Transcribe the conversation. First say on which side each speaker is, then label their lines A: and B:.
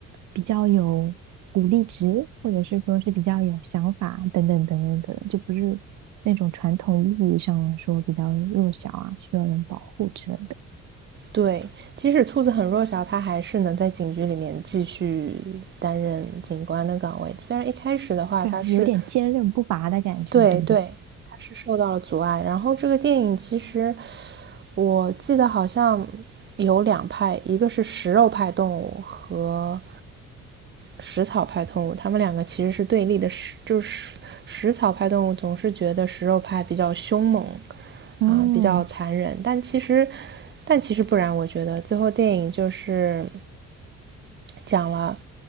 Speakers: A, on the right (about 75°); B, on the right (about 40°).
A: 比较有鼓励值，或者是说是比较有想法等等等等等，就不是那种传统意义上来说比较弱小啊，需要人保护之类的，
B: 对，即使兔子很弱小，它还是能在警局里面继续担任警官的岗位。虽然一开始的话，
A: 对啊，
B: 它是
A: 有点坚韧不拔的感觉，
B: 对对，
A: 对不对？
B: 它是受到了阻碍。然后这个电影其实我记得好像有两派，一个是食肉派动物和食草派动物，他们两个其实是对立的。食就是食草派动物总是觉得食肉派比较凶猛
A: 嗯。
B: 啊，比较残忍，但其实，但其实不然。我觉得最后电影就是讲了，